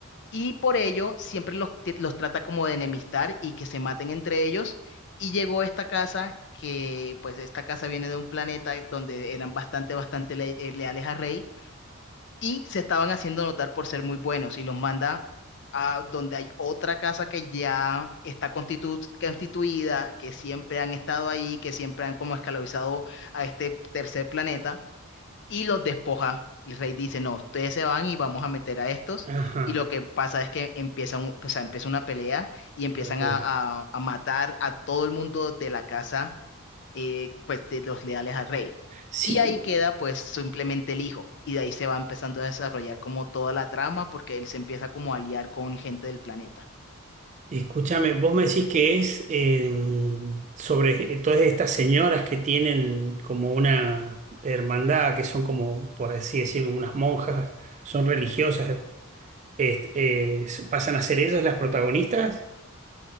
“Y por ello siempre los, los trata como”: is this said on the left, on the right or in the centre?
Left